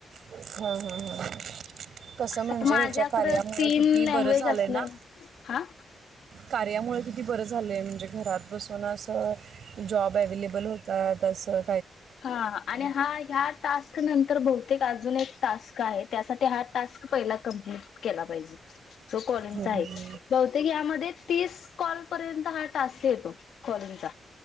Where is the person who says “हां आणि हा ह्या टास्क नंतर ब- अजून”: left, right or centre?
Left